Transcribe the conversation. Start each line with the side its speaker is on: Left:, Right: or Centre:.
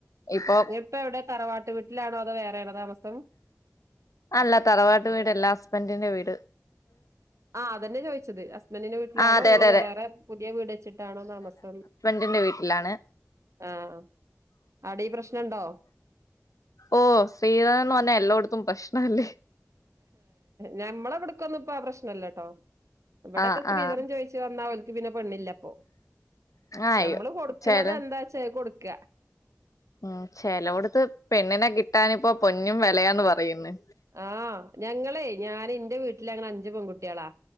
Left: ഇപ്പൊ
Right: ഇപ്പ എവ്ടെ തറവാട്ട് വീട്ട്ലാണോ അതോ വേറെയാണോ താമസം
Left: അല്ല തറവാട്ട് വീടല്ല ഹസ്ബന്റിന്റെ വീട്.
Right: ആഹ് അതന്നെ ചോയ്ച്ചത് ഹസ്ബന്റിന്റെ വീട്ട്ലാണോ
Left: ആഹ് അതെ
Right: ഇങ്ങള്
Left: അതെ അതെ
Right: വേറെ പുതിയ വീടെച്ചിട്ടാണോ താമസം?
Left: ന്റെ വീട്ട്ലാണ്
Right: ആഹ് അവ്ടെ ഈ പ്രശ്നണ്ടോ?
Left: ഓഹ് സ്ത്രീധനോന്ന് പറഞ്ഞാ എല്ലോട് ത്തും പ്രശ്നല്ലേ
Right: ഞമ്മള് വ്ട്ക്കൊന്നും പ്പ ആ പ്രശ്നല്ലട്ടോ. ഇവടൊക്കെ
Left: ആഹ്
Right: സ്ത്രീധനം
Left: ആഹ്
Right: ചോയ്ച്ച് വന്ന ഓൽക്ക് പിന്നെ പെണ്ണ്ല്ലപ്പോ
Left: ആഹ്
Right: ഞമ്മള് കൊട്ക്ക്ണതെന്താച്ചാ
Left: ചെല
Right: അത് കൊട്ക്കാ
Left: ഉം ചെലോട്ത്ത് പെണ്ണിനെ കിട്ടാനിപ്പോ പൊന്നും വെലയാന്ന് പറയുന്നെ
Right: ആഹ് ഞങ്ങളെ ഞാന് ന്റെ വീട്ടിലങ്ങള് അഞ്ച് പെൺകുട്ട്യാളാ